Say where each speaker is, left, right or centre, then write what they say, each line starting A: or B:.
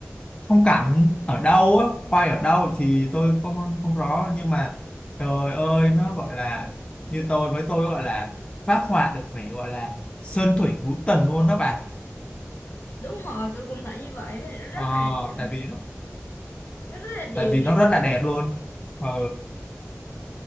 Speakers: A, on the left; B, on the left.
A: phong cảnh ở đâu á quay ở đâu thì tôi không không rõ nhưng mà trời ơi nó gọi là như tôi với tôi gọi là phát họa được vẻ gọi là sơn thủy hữu tình luôn đó bạn
B: Đúng rồi, tôi cũng thấy như vậy, rất
A: ờ,
B: là kiểu,
A: tại vì nó
B: nó rất là đẹp.
A: tại vì nó rất là đẹp luôn ừ,